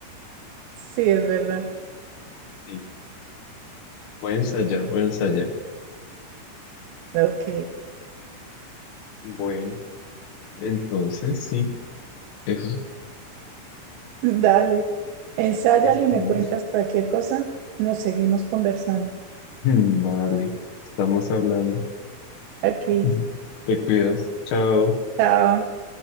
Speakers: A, on the right; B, on the left.
A: Sí, es verdad,
B: sí, voy a ensayar, voy a ensayar.
A: ok,
B: Bueno, entonces sí, eso
A: dale, ensáyalo
B: estamos.
A: y me cuentas cualquier cosa, nos seguimos conversando.
B: <laughs> Vale, estamos hablando.
A: Aquí,
B: <laughs> Te cuidas. Chao.
A: chao.